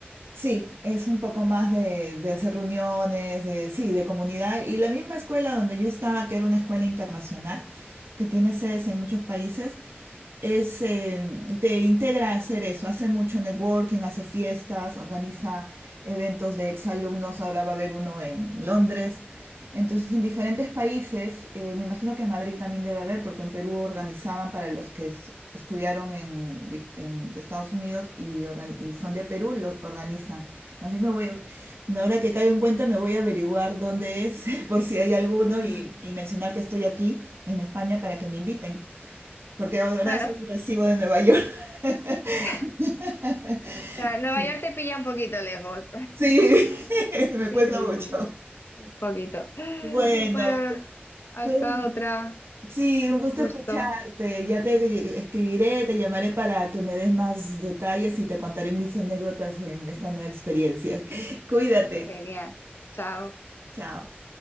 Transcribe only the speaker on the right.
Sí, es un poco más de, de hacer reuniones, de, sí, de comunidad. Y la misma escuela donde yo estaba, que era una escuela internacional, que tiene sedes en muchos países, es, em, te integra a hacer eso. Hace mucho networking, hace fiestas, organiza eventos de exalumnos. Ahora va a haber uno en Londres. Entonces, en diferentes países, eh, me imagino que en Madrid también debe haber, porque en Perú organizaban para los que es- estudiaron en, dif- en Estados Unidos y, organi- y son de Perú, lo organizan. Más bien me voy, a- me- ahora que caigo en cuenta, me voy a averiguar dónde es, <laughs> por si hay alguno,
y, y mencionar que estoy aquí en España para que me inviten, porque ahora
solo recibo de Nueva York. <laughs>
Sí, <laughs> me
cuesta
mucho.
Bueno,
fue un
Sí, un
gusto
escucharte. Ya te escribiré, te llamaré para que me des más detalles y te contaré mis anécdotas en esta nueva experiencia. <laughs> Cuídate.
Chao.